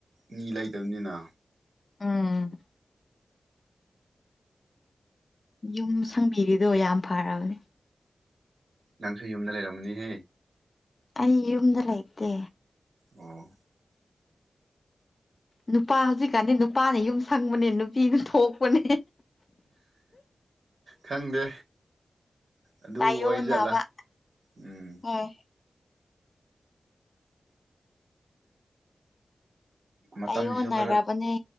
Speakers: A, on the right; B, on the left.
A: ꯃꯤ ꯂꯩꯇꯕꯅꯤꯅ
B: ꯑꯝ ꯌꯨꯝ ꯁꯪꯕꯤꯔꯤꯗꯣ ꯌꯥꯝ ꯐꯔꯕꯅꯦ
A: ꯅꯪꯁꯨ ꯌꯨꯝꯗ ꯂꯩꯔꯝꯅꯤꯍꯦ
B: ꯑꯩ ꯌꯨꯝꯗ ꯂꯩꯇꯦ
A: ꯑꯣ
B: ꯅꯨꯄꯥ ꯍꯧꯖꯤꯛꯀꯥꯟꯗꯤ ꯅꯨꯄꯥꯅ ꯌꯨꯝ ꯁꯪꯕꯅꯦ ꯅꯨꯄꯤꯅ ꯊꯣꯛꯄꯅꯦ
A: ꯈꯪꯗꯦ ꯑꯗꯨ
B: ꯇꯥꯏꯌꯣꯟꯅꯕ
A: ꯑꯣꯏꯖꯠꯂ ꯑꯝ
B: ꯎꯝ
A: ꯃꯇꯝꯁꯤꯁꯨ
B: ꯇꯥꯏꯌꯣꯟꯅꯔꯕꯅꯦ
A: ꯈꯔ